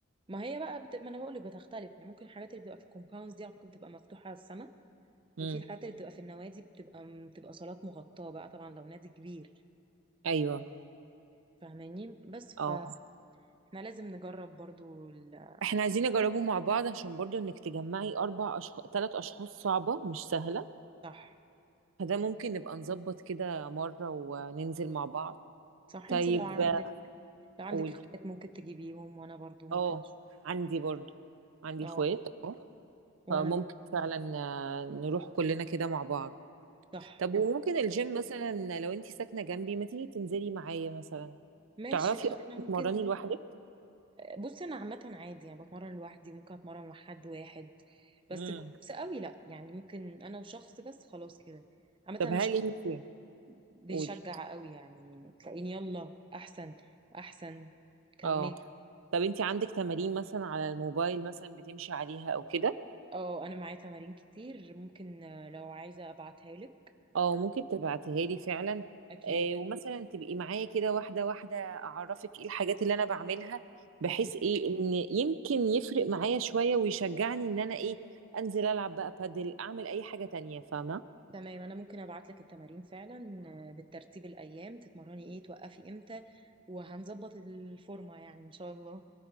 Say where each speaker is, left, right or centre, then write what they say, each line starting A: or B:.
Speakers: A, on the right; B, on the right.
A: ما هي بقى بت... ما انا بقول لك بتختلف يعني ممكن الحاجات اللي بتبقى في الكومباوندز دي اعتقد بتبقى مفتوحة على السما
B: امم
A: وفي الحاجات اللي بتبقى في النوادي بتبقى بتبقى صالات مغطاة بقى طبعا لو نادي كبير
B: ايوه
A: فاهماني بس
B: اه
A: فاحنا لازم نجرب برضو ال-
B: احنا عايزين نجربه مع بعض عشان برضو انك تجمعي اربع اشخاص ثلاث اشخاص صعبه مش سهله
A: صح
B: فده ممكن نبقى نظبط كده مره وننزل مع بعض
A: صح
B: طيب
A: انتي لو عندك لو عندك
B: قول
A: اخوات ممكن تجيبيهم وانا برضو ممكن
B: اه
A: اشوف
B: عندي برضو عندي
A: اه
B: اخوات
A: وانا
B: فممكن
A: ك-
B: فعلا آه، نروح كلنا كده مع بعض
A: صح
B: طب وممكن الجيم مثلا لو انتي ساكنة جنبي ما تيجي تنزلي معايا مثلا
A: ماشي
B: تعرفي اصلا
A: احنا
B: تتمرني
A: ممكن
B: لوحدك
A: بصي انا عامة عادي يعني بتمرن لوحدي ممكن اتمرن مع حد واحد بس
B: امم
A: جروبس قوي لا يعني ممكن انا وشخص بس خلاص كده عامة
B: طب
A: انا
B: هل
A: شخص
B: انتي
A: بيشجع
B: قولي
A: قوي يعني تلاقيني يلا احسن احسن كملي
B: اه طب انتي عندك تمارين مثلا على الموبايل مثلا بتمشي عليها او كده
A: اه انا معايا تمارين كتير ممكن آه، لو عايزه ابعتها لك
B: اه ممكن تبعتيها لي فعلا
A: اكيد
B: آه ومثلا تبقي معايا كده واحدة واحدة أعرفك ايه الحاجات اللي أنا بعملها بحيث
A: اكيد
B: ايه إن يمكن يفرق معايا شوية ويشجعني إن أنا ايه أنزل ألعب بقى بادل أعمل أي حاجة تانية فاهمة
A: تمام انا ممكن ابعت لك التمارين فعلا آه، بالترتيب الايام تتمرني ايه توقفي امتى وهنظبط الفورمه يعني ان شاء الله